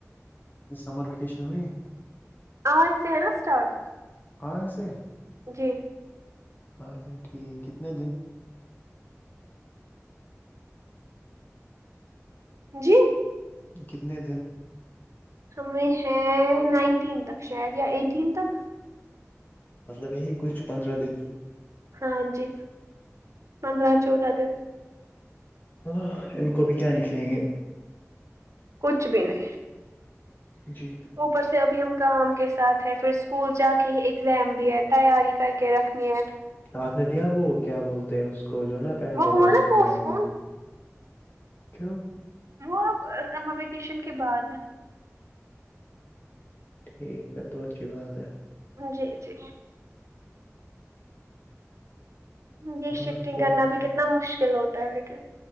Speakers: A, on the left; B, on the right.
A: سمر ویکیشن ہو
B: آج سے ہے نا اسٹارٹ
A: آسے
B: جی
A: اچھا ٹھیک کتنے دن
B: جی
A: کتنے دن
B: ہمیں ہے نائنٹین تک شاید یا ایٹین تک
A: مطلب یہی کچھ پندرہ دن
B: ہاں جی پندرہ چودہ دس
A: ہ ان کو بھی کیا نکلیں گے
B: کچھ بھی نہیں
A: جی
B: اوپر سے ابھی ہم کام کے ساتھ ہے پھر اسکول جا کے ہی اگزام بھی ہے تیاری کر کے رکھنی ہے
A: آپ نے دیا وہ کیا بولتے اس کو جو نا پہل
B: وہ
A: لیتے
B: ہوا
A: اسکول
B: نا پوسٹ
A: میں ایگزام
B: پون
A: چوں
B: وہ اب سمر ویکیشن کے بعد
A: ٹھیک پ تو بات کیھی بات ہے
B: جی جی یہ
A: اور
B: شفٹنگ
A: کہاں
B: کرنا بھی کتنا مشکل ہوتا ہے لیکن